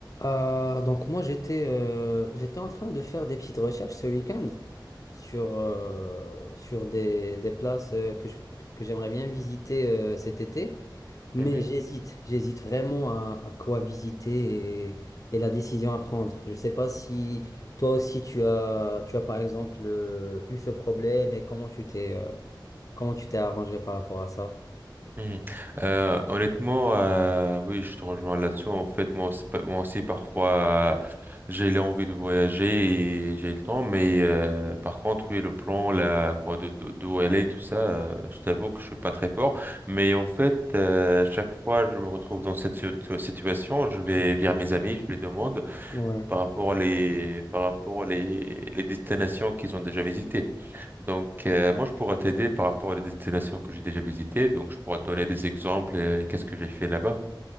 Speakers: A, on the left (about 45°); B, on the right (about 25°).
A: Euh, donc moi j'étais euh, j'étais en train de faire des petites recherches ce week-end sur, euh, sur des, des places euh, que je- que j'aimerais bien visiter euh, cet été, mais
B: Mhm,
A: j'hésite, j'hésite vraiment à, à quoi visiter et, et la décision à prendre. Je sais pas si toi aussi tu as tu as par exemple euh, eu ce problème et comment tu t'es euh, comment tu t'es arrangé par rapport à ça?
B: mhm. Euh, honnêtement, euh, oui, je te rejoins là-dessus. En fait, moi aussi, pa- moi aussi parfois, euh, j'ai l'envie de voyager et j'ai le temps, mais euh, par contre, oui, le plan, là, quoi, de, de, d'où aller, tout ça, euh, je t'avoue que je suis pas très fort. Mais en fait, euh, chaque fois, je me retrouve dans cette situ- situation, je vais vers mes amis, je les demande.
A: Ouais.
B: par rapport à les, par rapport à les, les destinations qu'ils ont déjà visitées. Donc, euh, moi, je pourrais t'aider par rapport à les destinations que j'ai déjà visitées. Donc, je pourrais te donner des exemples euh, et, qu'est-ce que j'ai fait là-bas.